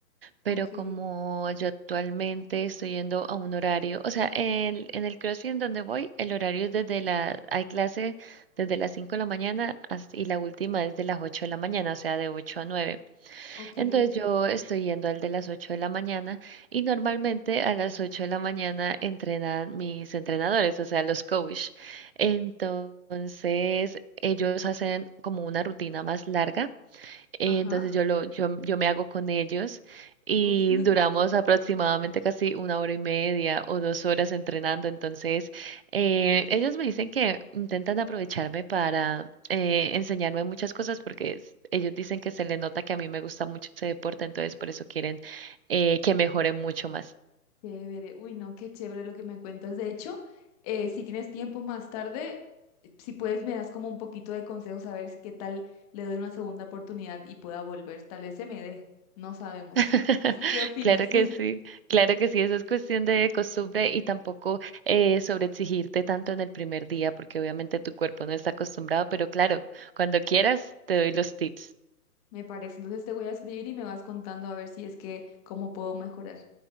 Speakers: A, on the right; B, on the left.
A: pero
B: Ok,
A: como yo actualmente estoy yendo a un horario, o sea, el- en el CrossFit en donde voy, el horario es desde la, hay clase desde las 5 de la mañana hasta- y la última es de las 8 de la mañana, o sea, de ocho a nueve
B: ok.
A: Entonces yo estoy yendo al de las 8 de la mañana y normalmente a las 8 de la mañana entrenan mis entrenadores, o sea, los coach. Entonces ellos hacen como una rutina más larga eh,
B: Ajá.
A: Entonces yo, lo, yo, yo me hago con ellos y
B: Uf, <laughs>
A: duramos aproximadamente casi una hora y media o dos horas entrenando. Entonces eh, ellos me dicen que intentan aprovecharme para eh, enseñarme muchas cosas porque es- ellos dicen que se le nota que a mí me gusta mucho ese deporte, entonces por eso quieren eh, que mejore mucho más.
B: Chévere. Uy, no, qué chévere lo que me cuentas. De hecho, eh, si tienes tiempo más tarde, eh, si puedes, me das como un poquito de consejos a ver qué tal le doy una segunda oportunidad y pueda volver. Tal vez se me dé. No sabemos.
A: <laughs>
B: <laughs> Sí, ¿qué opinas?
A: Claro que sí,
B: <laughs>
A: claro que sí, eso es cuestión de costumbre y tampoco eh, sobreexigirte tanto en el primer día, porque obviamente tu cuerpo no está acostumbrado, pero claro, cuando quieras te doy los tips.
B: Me parece. Entonces te voy a escribir y me vas contando a ver si es que cómo puedo mejorar.